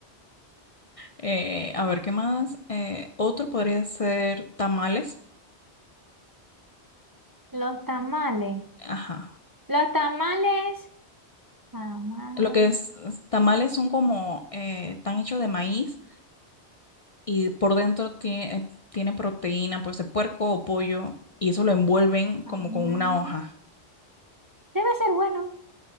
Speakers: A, on the left; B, on the right.
A: Eh, a ver, ¿qué más? Eh, otro podría ser tamales.
B: Los tamales.
A: Ajá.
B: Los tamales. Tamales.
A: Lo que es es- tamales son como... eh, están hechos de maíz y por dentro tiene, eh, tiene proteína, pues de puerco o pollo. Y eso lo envuelven
B: tamales.
A: como con una hoja.
B: Debe ser bueno.